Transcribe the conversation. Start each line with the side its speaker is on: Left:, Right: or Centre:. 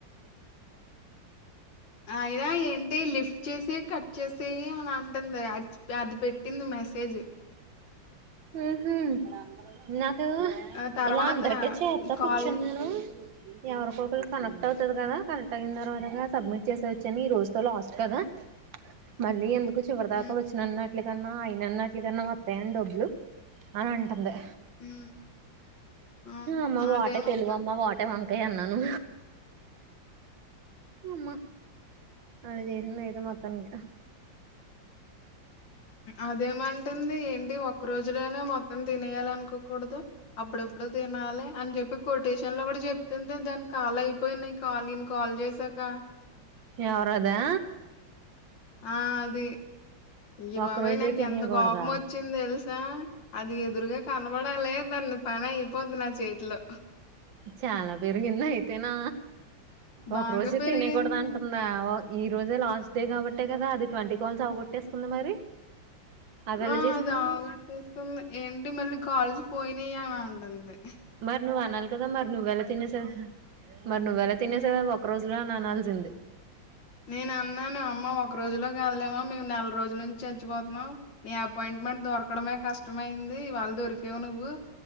Left: అయినా ఏంటి లిఫ్ట్ చేసి కట్ చేసేయి అలా అంటుంది అ అది పెట్టింది మెసేజ్
Right: ఉహా నా కు
Left: ఆ తర్వాత
Right: ఇలా అందరికే చేస్తా
Left: కాల్
Right: కూర్చున్నాను ఎవరికరు కనెక్ అవుతు కదా
Left: హ్మ్.
Right: కనెట్ అయిన తర్వాత సబ్మిట్ చేసేవచ్చని ఈ రోజుతో లాస్ట్ కదా మళ్ళీ ఎందుకు చివరి
Left: హ్మ్.
Right: దాకా వచ్చిన నా అట్ల కన్నా అయినన్న అట్లకన్నా వత్తాయిని డబ్బులు అని అంటుంది
Left: హ్మ్. ఆ!
Right: అమ్మ
Left: అదేమంట
Right: వాటే తెలుగు అమ్మ వాటే వంకాయ అన్నను అమ్మా అలా చేసంది అయితే మొత్తానికి
Left: అదేమంటుంది ఏంటి ఒక్క రోజులోనే మొత్తం తినే చేయాల అనుకోకూడదు అప్పుడ ఎప్పుడు తినాలి అని చెప్పి కొటేషన్ లో కూడా చెప్తుంది దానికి కాలయి పో నీకల్ నీన్ కల్ చేసక
Right: ఎవరదా
Left: ఆ అది అయ్య
Right: ఒక్క
Left: బాబోయ్
Right: రోజే
Left: నాకు
Right: తినేయకూడదా
Left: ఎంత కోపం వచ్చింది తెలుసా అది ఎదురుగా కా కనబడాలే దాన్ను పని అయిపోద్ నా చేతిలో
Right: చాలా పెరిగింది అయితేనా
Left: బాగా
Right: ఒక రోజే
Left: పెరిగింది.
Right: తినేయకూడదు అంటున్నావు ఈ రోజే లాస్ట్ డే కాబట్టే కదా అది ట్వంటీ కాల్స్ అవగొట్టేసుకుంది మరి అదెలా
Left: ఆ
Right: చేసింది
Left: అది అవగోట్టేసుకుంది ఏంటి మళ్ళీ కాల్స్ పోయినా అని ఉంటుంది
Right: మరి నువ్వు అనాలి కదా మరి నువ్వేలా తినేసేవా మరి నువ్వెలా
Left: హ్మ్.
Right: తినేసేవా అవి ఒక రోజులో అనాలి అనాల్సింది
Left: నేను అన్నాను అమ్మ ఒక రోజులో కాదలేమో మేము నెల రోజుల నుంచి చచ్చిపోతున్నాం నీ అపాయింట్మెంట్ దొరకడమే కష్టమయింది వాళ్ళు దొరికేవు నువ్వు